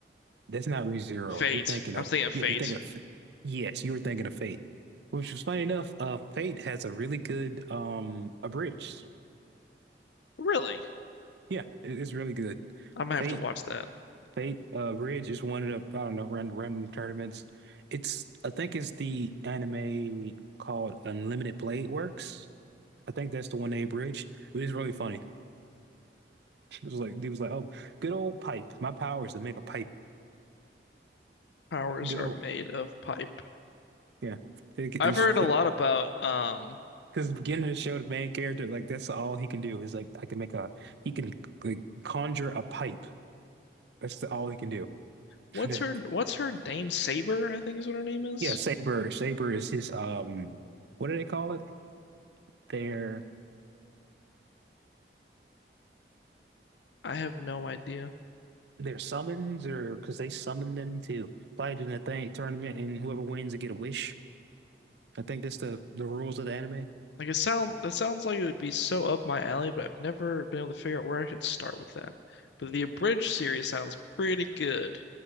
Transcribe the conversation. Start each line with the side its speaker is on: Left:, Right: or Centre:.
Right: That's not ReZero.
Left: Fate.
Right: You're thinking
Left: I'm
Right: of
Left: thinking of
Right: yeah,
Left: Fate.
Right: you're thinking of Fa- yes, you were thinking of Fate. Which is funny enough, uh Fate has a really good um abridged.
Left: Really?
Right: Yeah, it- it's really good.
Left: I'm gonna
Right: Fate
Left: have to watch that.
Right: Fate uh Abridged is one of the I don't know, random random tournaments. It's I think it's the anime called Unlimited Blade Works. I think that's the one they abridged. It was really funny. <laughs> It was like he was like, Oh, good old pipe. My power is to make a pipe.
Left: Powers
Right: Good
Left: are
Right: old
Left: made of pipe.
Right: yeah. It,
Left: I've
Right: it's
Left: heard a lot about um
Right: Because the beginning of the show, the main character, like that's all he can do is like I can make a he can like conjure a pipe. That's the, all he can do.
Left: what's
Right: <laughs>
Left: her what's her name? Saber, I think is what her name is.
Right: Yeah, Saber. Saber is his um what do they call it? Their
Left: I have no idea.
Right: their summons or because they summon them to fight in a thing tournament and whoever wins they get a wish. I think that's the the rules of the anime.
Left: Like it sound that sounds like it would be so up my alley, but I've never been able to figure out where I should start with that. But the Abridged series sounds pretty good.